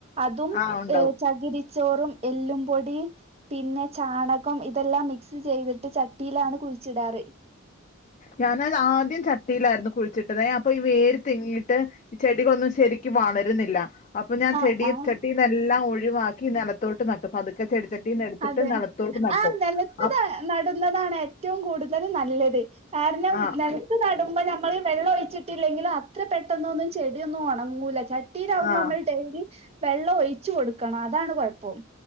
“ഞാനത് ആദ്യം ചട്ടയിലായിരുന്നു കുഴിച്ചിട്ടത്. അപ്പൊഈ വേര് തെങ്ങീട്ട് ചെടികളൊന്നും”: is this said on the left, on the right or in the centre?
Left